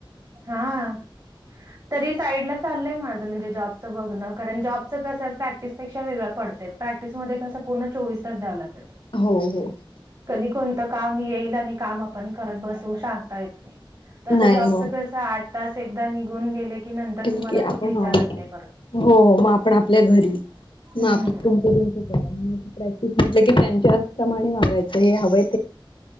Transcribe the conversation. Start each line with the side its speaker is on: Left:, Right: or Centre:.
Right: हा. तरी साईडला चाललंय माझं म्हणजे जॉबचं बघणं कारण जॉबचं कसं प्रॅक्टिसपेक्षा वेगळं पडतय. प्रॅक्टिसमध्ये कसं पूर्ण चोवीस तास द्याव लागतं.
Left: हो हो.
Right: कधी कोणतं काम येईल आणि काम आपण करत बसू सांगता येत नाही. तसं
Left: नाही
Right: जॉबच
Left: हो
Right: कसं आठ तास एकदा निघून गेले की नंतर
Left: <unintelligible>
Right: तुम्हाला
Left: आपण
Right: कोण विचारत
Left: हो
Right: नाही परत.
Left: हो मग आपण आपल्या घरी.
Right: हम्म.
Left: मा तुमचं तुमचं करा आणि प्रॅक्टिस म्हटलं की त्यांच्या प्रमाणे वागायचं हे हवं